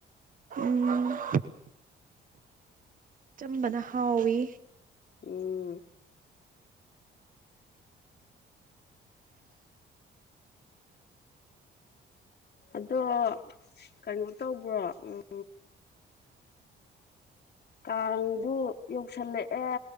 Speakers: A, on the right; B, on the left.
A: ꯎꯝ ꯑꯆꯝꯕꯅ ꯍꯥꯎꯋꯤ
B: ꯎꯝ ꯑꯗꯣ ꯀꯩꯅꯣ ꯇꯧꯕ꯭ꯔꯣ ꯎꯝ ꯀꯥꯡꯗꯨ ꯌꯧꯁꯤꯜꯂꯛꯑꯦ